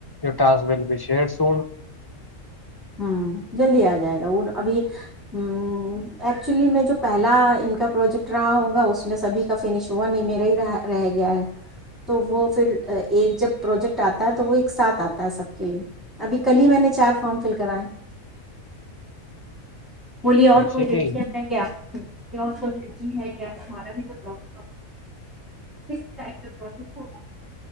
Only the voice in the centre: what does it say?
ہوں جلدی آ جائے گا وہ ابھی ہ ایکچولی میں جو پہلا ان کا پروجیکٹ رہا ہوگا اس میں سبھی کا فنش ہوا نہیں میرا ہی رہ رہ گیا ہے تو وہ پھر ایک جب پروجیکٹ آتا ہے تو وہ ایک ساتھ آتا ہے سب کے لیے ابھی کل ہی میں نے چار فارم فل کرائیں بولیے اور کوئی
لڑکیاں
ہیں کیا اور ہے تارا بھیف ہو کٹف ہوگا